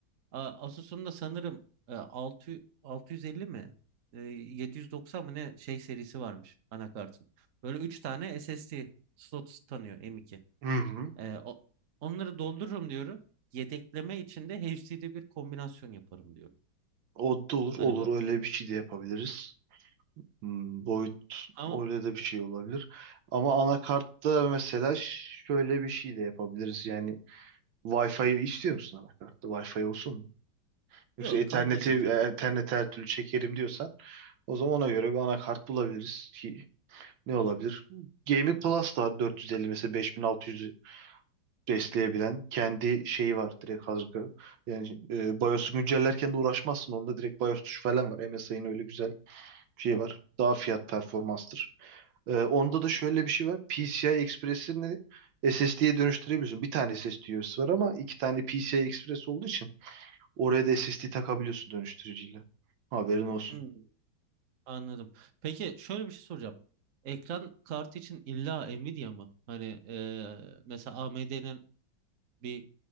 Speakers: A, on the right (about 50°); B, on the right (about 80°).
A: A- Asus'un da sanırım e, 600 650 mi? E, 790 mı ne şey serisi varmış anakartın. Böyle 3 tane SSD slot tanıyor M.2.
B: Hı hı.
A: Ee, o- onları doldururum diyorum. Yedekleme içinde HD'de bir kombinasyon yaparım diyorum.
B: O da olur.
A: Hani
B: Olur.
A: bu,
B: Öyle bir şey de yapabiliriz. Hmm, boyut
A: ama
B: öyle de bir şey olabilir. Ama anakartta mesela şöyle bir şey de yapabiliriz. Yani Wi-Fi istiyor musun anakartta? Wi-Fi olsun mu? Yoksa
A: yok
B: Ethernet'i
A: kablo çekerim.
B: Ethernet'e her türlü çekerim diyorsan o zaman ona göre bir anakart bulabiliriz. Ne olabilir? Gaming Plus da var 450 mesela 5600 besleyebilen kendi şeyi var direkt hazır. Yani e, BIOS'u güncellerken de uğraşmazsın. Onda direkt BIOS tuşu falan var. MSI'nin öyle güzel bir şeyi var. Daha fiyat performanstır. E, onda da şöyle bir şey var. PCI Express'ini SSD'ye dönüştürebiliyorsun. Bir tane SSD üyesi var ama iki tane PCI Express olduğu için oraya da SSD takabiliyorsun dönüştürücüyle. Haberin olsun.
A: Hmm, anladım. Peki şöyle bir şey soracağım. Ekran kartı için illa Nvidia mı? Hani eee, mesela AMD'nin bir